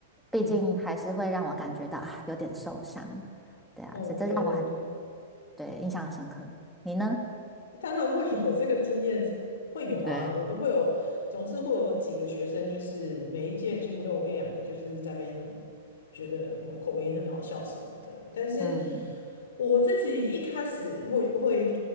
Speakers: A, in the centre; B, on the left.
A: 毕竟还是会让我感觉到啊，
B: 嗯，
A: 有点受伤。对啊，
B: 哦，
A: 所以这让我很，
B: 对对对，
A: 对，印象深刻。你呢？
B: 当然会有这个经验，会有啊，
A: 对，
B: 我都会有，总是会有几个学生，就是每一届几乎都有一两个，就是在那边觉得我口音很好笑什么的。但是
A: 嗯
B: 我自己一开始会会